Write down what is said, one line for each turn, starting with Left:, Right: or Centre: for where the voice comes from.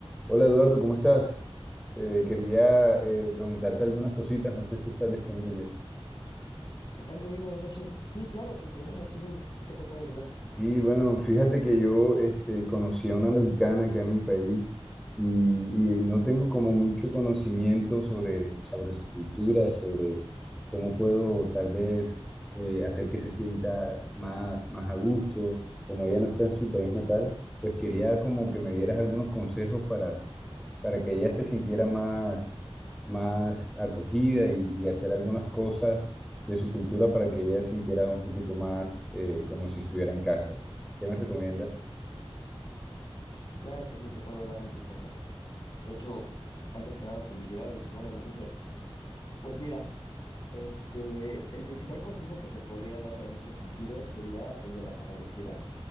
Centre: Hola Eduardo, ¿cómo estás? Eh, quería eh, preguntarte algunas cositas, no sé si estás disponible.
Left: ¿Qué tal, Jair? Buenas noches. Sí, claro, sin problema. Tú dime, ¿en qué te puedo ayudar?
Centre: Sí, bueno, fíjate que yo este, conocí a una mexicana acá en mi país y, y no tengo como mucho conocimiento sobre, sobre su cultura, sobre cómo puedo tal vez eh, hacer que se sienta más, más a gusto. Como ella no está en su país natal, pues quería como que me dieras algunos consejos para, para que ella se sintiera más, más acogida y, y hacer algunas cosas de su cultura para que ella sintiera un poquito más eh, como si estuviera en casa. ¿Qué me recomiendas?
Left: Claro que sí, te puedo dar muchos consejos. De hecho, antes que nada, felicidades, qué buena noticia. Pues mira, este, el principal consejo que te podría dar en este sentido sería el de la caballerosidad.